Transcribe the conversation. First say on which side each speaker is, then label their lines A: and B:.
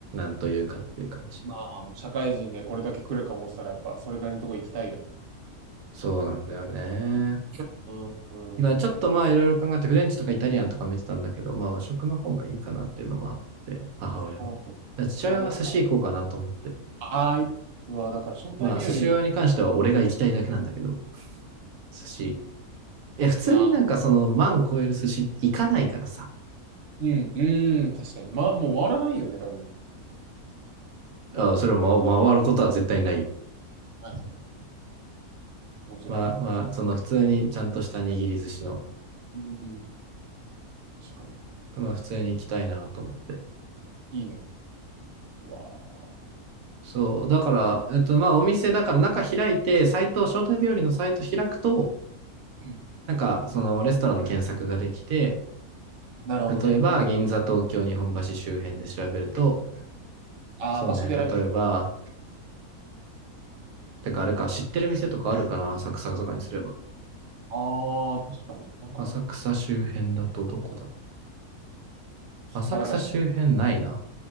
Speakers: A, on the right; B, on the right.
A: なんというかっていう感じ。
B: まあ、社会人でこれだけ来るかもしたら、やっぱ、それなりのとこ行きたいよね。
A: そうなんだよね。
B: うん、うん、
A: まあちょっとまあいろいろ考えて、
B: 間違いない。
A: フレンチとかイタリアンとか見てたんだけど、まあ和食の方がいいかなっていうのもあって、母親は。
B: おう
A: だから父親は寿司行こうかなと思って。
B: いや、だから、ああ、いい。うわ、だから、招待日より、
A: まあ寿司屋に関しては俺が行きたいだけなんだけど、寿司。いや、普通になんかその万超える寿司行かないからさ。
B: いや、うん、うん、確かに。ま、もう回らないよね、多分。
A: あそれを回回ることは絶対ないよ。
B: はい、もちろん。
A: まあまあ、その普通にちゃんとした握り寿司の、
B: うんしかも、
A: まあ普通に行きたいなと思って。
B: いいね。うわあ。
A: そう、だから、えっとまあお店だから中開いて、サイト、招待日和のサイト開くと、
B: うん
A: なんか、そのレストランの検索ができて、
B: なるほどね。
A: 例えば、
B: もうほん、
A: 銀座、東京、日本橋周辺で調べると、
B: ああ、
A: そうね、
B: 場所で選べる。
A: 例えば、てかあれか、知ってる店とかあるかな、浅草とかにすれば。
B: ああ、確かに。なんかあるかな。
A: 浅草周辺だとどこだろう。浅草周辺ないな。
B: あ、だからしょ、